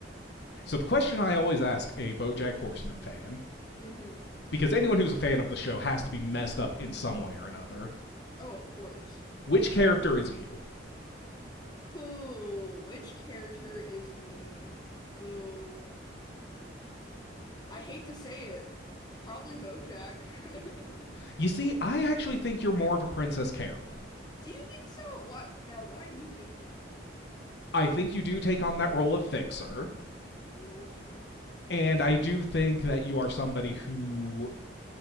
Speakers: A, on the left; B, on the left.
A: So the question I always ask a BoJack Horseman fan,
B: Mm-hmm.
A: because anyone who's a fan of the show has to be messed up in some way or another,
B: Oh, of course.
A: which character is you?
B: Who, which character is me? Ooh. I hate to say it, probably BoJack. <laughs> Do
A: You see, I actually think you're more of a Princess Carolyn.
B: you think so? What now? Why do you think that?
A: I think you do take on that role of fixer,
B: Yeah, that's true.
A: and I do think that you are somebody who